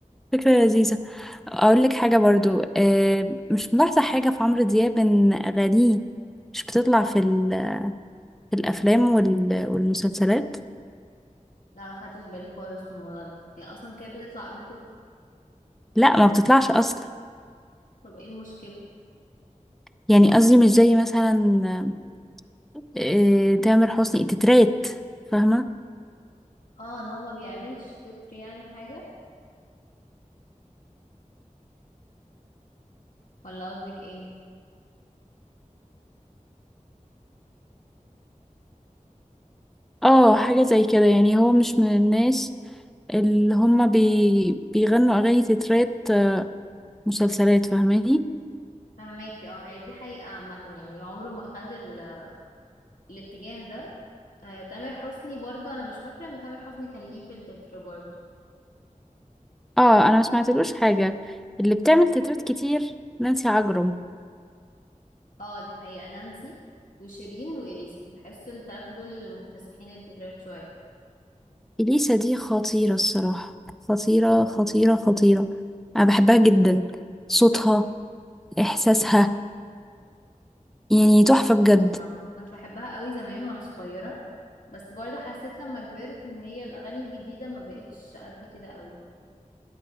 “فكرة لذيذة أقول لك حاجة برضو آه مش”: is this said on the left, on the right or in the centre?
Centre